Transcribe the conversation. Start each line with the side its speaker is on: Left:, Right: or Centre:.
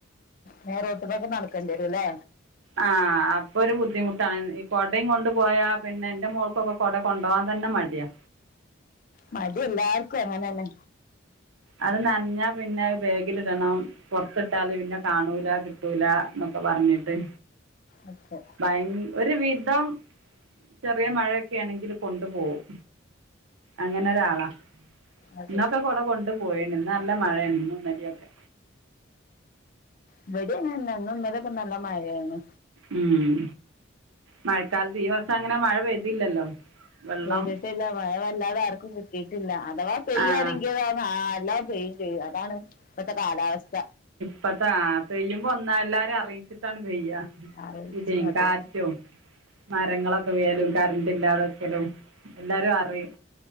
Left: നേരെ റോട്ട്മക്ക് നടക്കേണ്ടി വരും ല്ലേ
Right: ആഹ് അപ്പൊ ഒരു ബുദ്ധിമുട്ടാണ് ഈ കൊടയും കൊണ്ടു പോയ പിന്നെ എന്റെ മോൾക്കൊക്കെ കൊട കൊണ്ടുവാൻ തന്നെ മടിയാ
Left: മടി എല്ലാർക്കും അങ്ങനെന്നെ
Right: അത് നനഞ്ഞാ പിന്നെ ബേഗിലിടണം പുറത്തിട്ടാല് പിന്നെ കാണൂല കിട്ടൂല എന്നൊക്കെ പറഞ്ഞിട്ട്
Left: അതെ
Right: ഭയ ഒരു വിധം ചെറിയ മഴയൊക്കെ ആണെങ്കിൽ കൊണ്ടുപോവും. അങ്ങനെ ഒരാളാ
Left: അതെ
Right: ഇന്നൊക്കെ കൊട കൊണ്ട് പോയി ന്ന് നല്ല മഴയണ്ട് ഇന്നു ഇന്നലെയൊക്കെ
Left: ഇവടിം അങ്ങനെന്നെ ഇന്നും ഇന്നലൊക്കെ നല്ല മഴയാണ്
Right: ഉം മഴക്കാലത്ത് ഈ മാസം അങ്ങനെ മഴ പെയ്തില്ലല്ലോ വെള്ളം
Left: പെയെയ്തിട്ടില്ല മഴ വല്ലാതെ ആർക്കും കിട്ടിയിട്ടില്ല അഥവാ പെയ്യയാണെങ്കിൽ
Right: ആഹ്
Left: നല്ല പെയ്യും പെയ്യ് അതാണ് ഇപ്പത്തെ കാലാവസ്ഥ
Right: അപ്പ താ പെയ്യുമ്പോ ഒന്നാ എല്ലാരിം അറിയിച്ചിട്ടാണ് പെയ്യ
Left: ആലോചിച്ച്
Right: ഇടിം
Left: അതെ
Right: കാറ്റും മരങ്ങളൊ <unintelligible> കറണ്ട്ന്റ് ഇല്ലാതൊക്കെലും എല്ലാരും അറിയും